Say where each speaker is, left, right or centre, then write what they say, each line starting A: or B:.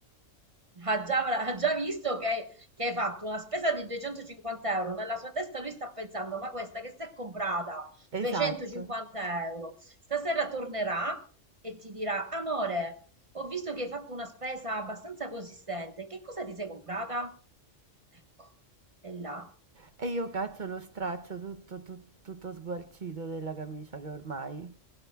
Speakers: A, on the right (about 25°); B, on the right (about 45°).
A: ha già, ha già visto che, che hai fatto una spesa di 250 euro. Nella sua testa lui sta pensando: ma questa che si è comprata 250
B: esatto.
A: euro, stasera tornerà e ti dirà: Amore, ho visto che hai fatto una spesa abbastanza consistente. Che cosa ti sei comprata? Ecco, è là
B: E io caccio lo straccio tutto, tutto, tutto sgualcito della camicia che ormai...